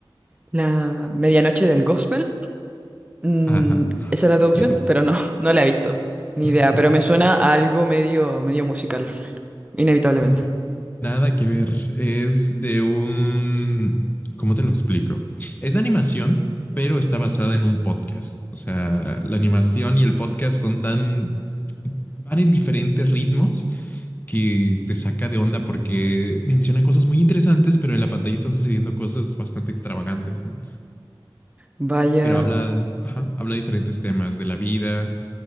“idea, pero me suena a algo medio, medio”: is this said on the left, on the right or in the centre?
Right